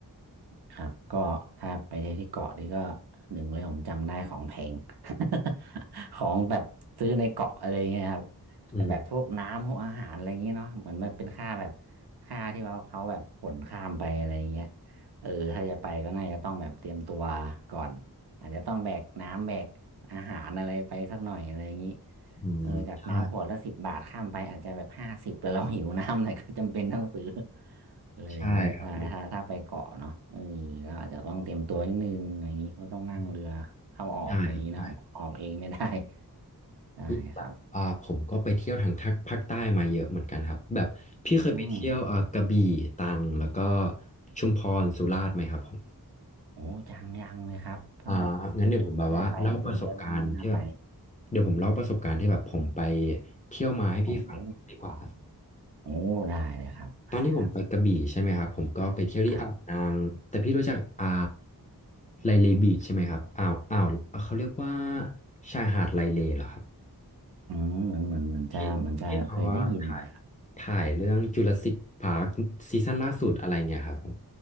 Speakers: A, on the right (about 85°); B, on the left (about 20°).
A: ครับก็ถ้าไปเที่ยวที่เกาะนี่ก็หนึ่งเลยผมจำได้ของแพง <laughs> ของแบบซื้อในเกาะอะไรเงี้ยครับ
B: อืม
A: แต่แบบพวกน้ำพวกอาหารอะไรเงงี้ยเนาะเหมือนมันเป็นค่าแบบค่าที่เราเขาแบบขนข้ามไปอะไรเงี้ยเออถ้าจะไปก็น่าจะต้องแบบเตรียมตัวก่อนอาจจะต้องแบกน้ำแบกอาหารอะไรไปสักหน่อยอะไรอย่างนี้
B: อืมใช่
A: เออจากน้ำขวดละสิบบาทข้ามไปอาจจะแบบห้าสิบแต่เราหิวน้ำหน่อยก็จำเป็นต้องซื้อ <laughs> เลยอย่างงี้ใช่ถ้าถ้าไปเกาะเนาะเออก็อาจจะต้องเตรียมตัวนิดนึงอย่างงี้ก็ต้องนั่งเรือเข้าออกอะไรอย่างงี้นะออกเองไม่ได้
B: ใช่ครับอืมใช่ครับใช่
A: <laughs> ได้ครับ
B: นี่แบบอ่าผมก็ไปเที่ยวทางทางภาคใต้มาเยอะเหมือนกันครับแบบพี่เคยไปเที่ยวอ่ากระบี่ตรังแล้วก็
A: อืม
B: ชุมพรสุราษฎร์ไหมครับผม
A: โอ้จังยังเลยครับถ้าแบบเออได้ไปจริงๆก็น่าน่าไป
B: อ่างั้นเดี๋ยวผมแบบว่าเล่าประสบการณ์ที่แบบเดี๋ยวผมเล่าประสบการณ์ที่แบบผมไปเที่ยวมาให้พี่ฟังดีกว่าครับ
A: โอ้โหโอ้ได้เลยครับได้ครับ
B: ตอนที่ผมไปกระบี่ใช่ไหมครับผมก็ไปเที่ยวที่อ่าวนางแต่พี่รู้จักอ่า
A: ครับ
B: ไลเลบีชใช่ไหมครับอ่าวอ่าวเขาเรียกว่าชายหาดไลเลเหรอครับ
A: อืมเหมือนเหมือนเหมือนจะเหมือนจะเคยได้ยินนะครับ
B: ที่ที่เขาว่าถ่ายถ่ายเรื่องจูราสสิคพาร์คซีซั่นล่าสุดอะไรเงี้ยครับผม